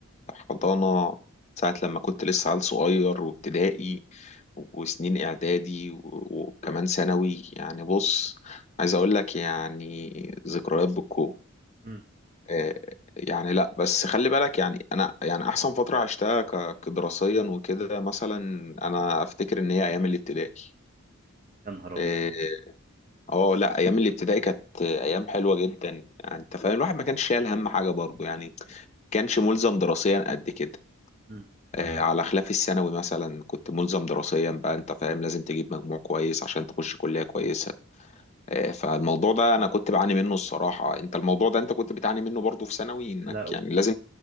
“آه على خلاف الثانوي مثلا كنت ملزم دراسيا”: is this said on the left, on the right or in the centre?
Left